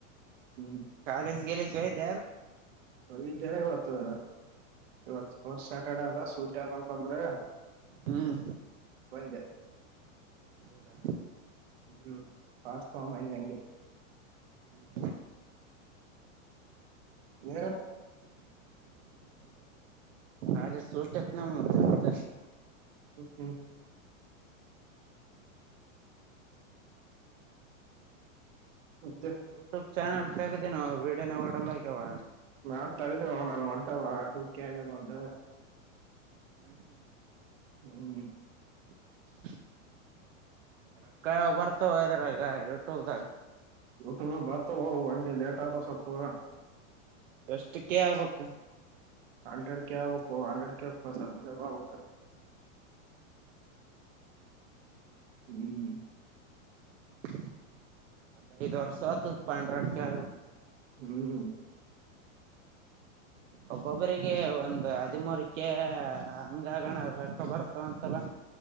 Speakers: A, on the right (about 50°); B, on the right (about 70°).
A: ಹ್ಮ್
B: ಕಾಲಜ ಗಲ್ಲ ಜಯ ದ
A: ಹೋಗ ಇವತ್ತು ಇವತ್ ಫೋರ್ಟ್ ಸ್ಯಾಟರ್ಡೆ ಅದ ಸೂಟ್ ಅದ ಅಂತಂದ್ರೆ
B: ಹ್ಮ್
A: ಒಂದ
B: ಹೌದಾ
A: ಹ್ಮ್ ಪಾರ್ಸ್ತ ಆಯಂದ ಹೆಂಗೆ
B: ಹ್ಮ್
A: ನೇರ
B: ಅೆ ಸೂಟ್ತ್ ನ ಜತ
A: ಹ್ಮ ಹಾ ಮತ್ತೆ
B: ಯೂಟ್ಯೂಬ್ ಚಾನಲ್ ತೆಗ್ದನು ವಿಡಿಯೋನ ಓಡಲ್ಲ ಆಗ್ಯವ
A: ನಾನ್ ತಿದ ನಾನ ಒಂಟಟೂರ್ ಕ ಆಗದ ಒಂದು
B: ಹ್ಮ್ ಹ್ಮ್
A: ಹ್ಮ
B: <inaudible> <unintelligible> ರೊಕ್ಕ ಯಾವಾಗ ಬರ್ತಾವ ಇದ್ರಾಗ ಯೂಟ್ಯೂಬ ದಾಗ
A: ಯೂಟ್ಯೂಬ್ ದಾಗ ಬರ್ತಾವೋ ಅವು ಹಂಗೆ ಲೇಟ್ ಆತವ ಹಂಗೆ ಸ್ವಲ್ಪ
B: ಎಷ್ಟ ಕೆ ಆಗ್ಬೇಕ್
A: ಹಂಡ್ರೆಡ್ ಕೆ ಆಗಬೇಕೋ ಹಂಡ್ರೆಡ್ ಕೆ ಪ್ಲಸ್ ಹಂಡ್ರೆಡ್ ಆಬೇಕು <inaudible> ಹ್ಮ್
B: <unintelligible> ಕೆ ಆಬೇಕು
A: ಹ್ಮ್ ಹ್ಮ್
B: ಒಬ್ಬೊಬ್ಬರಿಗೆ ಒಂದ್ ಹದಿಮೂರಕೆ ಹಂಗಗಣ ರೊಕ್ಕ ಬರ್ತಾವಂತಲ್ಲ